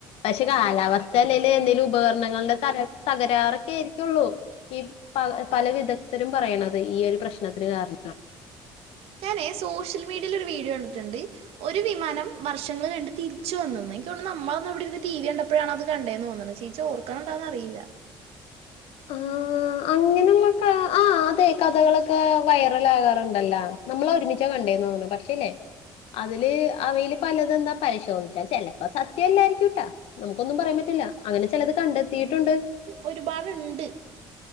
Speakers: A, on the left; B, on the right.
A: പക്ഷെ കാലാവസ്ഥ അല്ലേല് എന്തെലും ഉപകരണങ്ങളുടെ തക തകരാറൊക്കെയിരിക്കുള്ളൂ. ഇപ്പ പല വിദഗ്ധരും പറയണത്. ഈ ഒരു പ്രശ്നത്തിന് കാരണം
B: ഞാനെ സോഷ്യൽ മീഡിയേല് ഒരു വീഡിയൊ കണ്ടിട്ട്ണ്ട്. ഒരു വിമാനം വർഷങ്ങൾ കണ്ട് തിരിച്ചു വന്നന്ന്. ഇൻക്കോണ് നമ്മളന്ന് ഇവിടെര്ന്ന് ടിവി കണ്ടപ്പഴാണ് അത് കണ്ടെന്നോന്ന് ണ്. ചി ചോർക്ക്ണണ്ടോന്ന് അറിയില്ല
A: ആഹ് അങ്ങനെള്ളക്കാ ആഹ് അതെ കഥകളൊക്കെ വൈറലാകാറ്ണ്ടല്ലോ നമ്മളൊരുമിച്ചാ കണ്ടേന്ന് തോന്നുണു പക്ഷേല്ലേ അതില് അവില് പലത് ന്താ പരിശോധിച്ചാൽ ചെലപ്പൊ സത്യം അല്ലായിരിക്കൂട്ടാ. നമുക്കൊന്നും പറയാൻ പറ്റില്ല. അങ്ങനെ ചെലത് കണ്ടെത്തിയിട്ടുണ്ട്.
B: ഒരു പാട്ണ്ട്